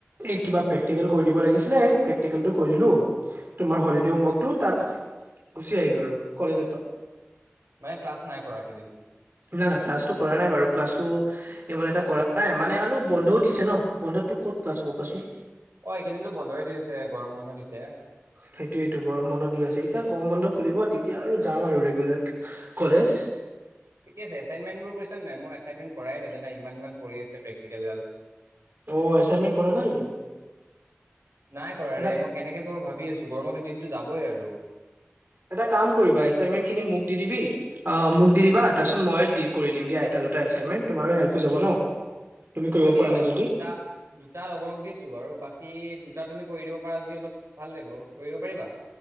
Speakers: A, on the right; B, on the right.
A: এই কিবা প্ৰেক্টিকেল কৰি দিব লাগিছিলে। এই প্ৰেক্টিকেলটো কৰি দিলো। তোমাৰ হলিডে হোমৱৰ্কটো তাত গুচি আহিলো আৰু কলেজৰ পা।
B: নাই ক্লাছ নাই কৰা একেইদিন।
A: না না ক্লাছটো কৰা নাই বাৰু ক্লাছটো। এই মানে এটা কৰা নাই মানে আৰু বন্ধও দিছে ন বন্ধতটো ক'ত ক্লাছ হব কোৱাচোন।
B: অ এইকেইদিনো বন্ধই দিছে গৰম বন্ধ দিছে।
A: সেইটোয়েইটো গৰম বন্ধ দি আছে এতিয়া গৰম বন্ধ খুলিব তেতিয়া আৰু যাম আৰু ৰেগুলাৰ। কলেছ?
B: ঠিকে আছে এছাইনমেণ্ট বোৰ কৰিছা নে নাই মই এছাইনমেণ্ট কৰাই নাই জানা ইমান ইমান পৰি আছে প্ৰেক্টিকেল গাল।
A: অ এচাইনমেণ্ট কৰা নাই তুমি
B: নাই কৰা
A: এটা
B: ৰে মই
A: এ
B: কেনেকে কৰো ভাবি আছো গৰমৰ ব দিনতো যাবই আৰু।
A: এটা কাম কৰিবা এচাইনমেন্ট খিনি মোক দি দিবি অ মোক দি দিবা
B: উম,
A: তাৰপিছত মই দিম কৰি দিম দিয়া এটা দুটা এছাইনমেণ্ট তোমাৰো হেল্প হৈ যাব ন তুমি কৰিব
B: পাৰি
A: পৰা
B: বাৰু
A: নাই যদি।
B: মই দুটা দুটা লগৰক দিছো আৰু বাকী দুটা তুমি কৰি দিব পাৰা যদি অলপ ভাল লাগিব কৰিব দিব পাৰিবা।